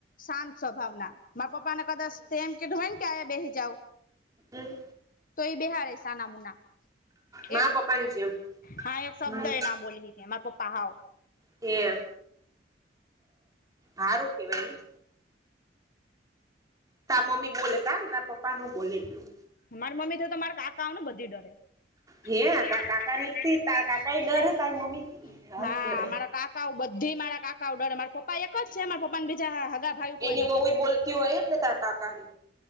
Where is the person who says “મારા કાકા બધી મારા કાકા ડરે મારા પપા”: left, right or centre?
Left